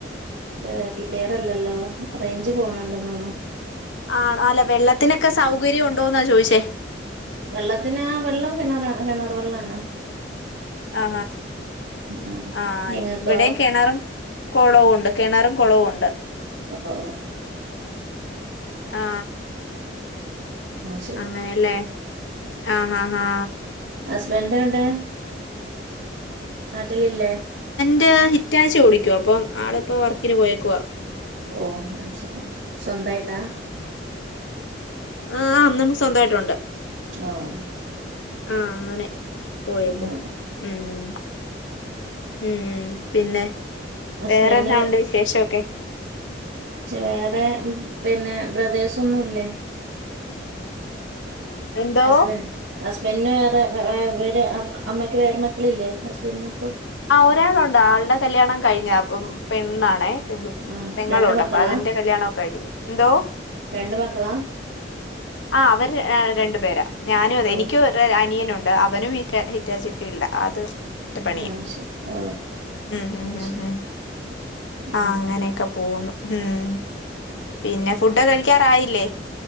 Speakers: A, on the right; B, on the left.
A: ഏ ക്ലിയർ അല്ലല്ലോ റേഞ്ച് പോണണ്ടന്നൊന്നും
B: ആണോ അല്ലെ വെള്ളത്തിനൊക്കെ സൗകര്യം ഉണ്ടോ എന്നാ ചോദിച്ചേ
A: വെള്ളത്തിന വെള്ളം കിണർ കിണർ വെള്ളണോ
B: ആ
A: ഉം
B: ആ
A: നിങ്ങൾക്കോ
B: ഇവിടെയും കിണാറും കുളവുംഉണ്ട് കിണാറും കുളവുംണ്ട്
A: ഓ ഓ ഓ.
B: ആ
A: ആ, ശരി
B: അങ്ങനെയല്ലേ ആഹ ആ ആഹ
A: ഹസ്ബൻഡടെ നാട്ടിലില്ലേ
B: റ്റ് ഹിറ്റാച്ചി ഓടിക്കുവാ അപ്പൊ ആളിപ്പോ വർക്കിന് പോയേക്കുവ
A: ഓഹ് അത് ശരി സ്വന്തായിട്ടാ
B: ആം നമുക്ക് സ്വന്തമായിട്ടുണ്ട്
A: ആഹ്
B: ആഹ് അങ്ങനെ പോയേക്കുന്നു
A: ഉം
B: ഉം ഉം പിന്നെ
A: ഹസ്ബൻഡല്ല
B: വേറെന്നാ ഉണ്ട് വിശേഷൊക്കെ
A: വേറെ പിന്നെ ബ്രദേഴ്സ് ഒന്നും ഇല്ലേ
B: എന്തോ
A: ഹസ്ബൻഡ് ഹസ് പിന്നെ വേറെര് അമ്മയ്ക്ക് വേറെ മക്കളില്ലേ ഹസ്ബൻഡ മക്കള
B: ആഹ് ഒരാളുണ്ട് ആളുടെ കല്യാണം കഴിഞ്ഞതാ അപ്പം പെണ്ണാണെ
A: ആഹ്
B: പെങ്ങളുണ്ട്
A: രണ്ട് മക്കളാ
B: അപ്പൊ അതിന്റെ കല്യാണൊക്കെ കഴിഞ്ഞും എന്തോ
A: രണ്ട് മക്കളാ
B: ആഹ് അവര് ര രണ്ടു പേരാ ഞാനും അതെ
A: ഓ
B: എനിക്കും ഒര് അനിയനൊ ണ്ട് അവനും ഹിറ്റ ഹിറ്റാജി ഫീൽഡ് അത് ന്റെ പണിയ
A: ആഹ്
B: ഇം
A: ശരി ഓ
B: ഇഹ്
A: ആഹ്
B: ഇഹ്
A: ശരി
B: ഹ് ആ
A: ഉം
B: അങ്ങനെയൊക്കെ പോന്നു ഉം പിന്നെ ഫുഡൊക്കെ കഴിക്കാറായില്ലേ